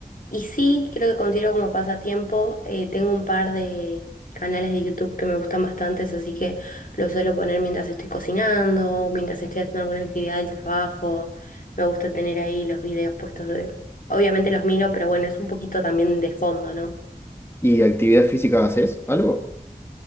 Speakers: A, on the left (about 60°); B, on the left (about 15°).
A: Y sí, creo que considero como pasatiempo. eh, tengo un par de canales de YouTube que me gustan bastantes, así que lo suelo poner mientras estoy cocinando, mientras estoy haciendo alguna actividad del trabajo. Me gusta tener ahí los videos puestos de... Obviamente los miro, pero bueno, es un poquito también de fondo, ¿no?
B: ¿Y actividad física haces? ¿Algo?